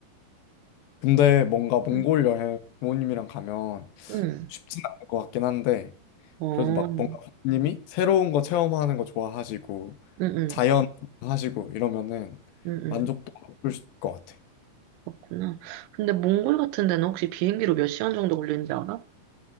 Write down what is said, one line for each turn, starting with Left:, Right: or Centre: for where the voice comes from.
Left: 근데 뭔가 몽골
Right: 응.
Left: 여행 부모님이랑 가면
Right: 응,
Left: 쉽진 않을 것 같긴 한데
Right: 어,
Left: 그래도 막
Right: 응,
Left: 뭔가 부모님이 새로운 거 체험하는 거 좋아하시고
Right: 응,
Left: 자연 하시고 이러면은
Right: 응, 응.
Left: 만족도가 높을 수- 것 같아.
Right: 그렇구나. 근데 몽골 같은 데는 혹시 비행기로 몇 시간 정도 걸리는지 알아?